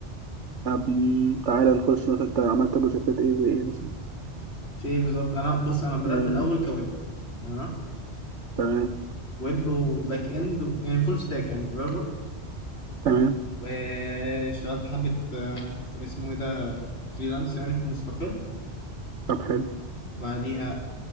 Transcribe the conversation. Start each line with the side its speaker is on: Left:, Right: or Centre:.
Right: طب م، تعالى نخش مثلا أنت عملت بروجكتات إيه زي إيه مثلا
Left: في ايه بالظبط انا بص انا بدات
Right: آم،
Left: الاول كويب تمام
Right: تمام
Left: ويب وباك اند و... يعني فول ستاك يعني ديفلوبر
Right: تمام
Left: واشتغلت حبه آه، في اسمه ايه ده فريلانس يعني في مستقل
Right: طب حلو
Left: وبعديها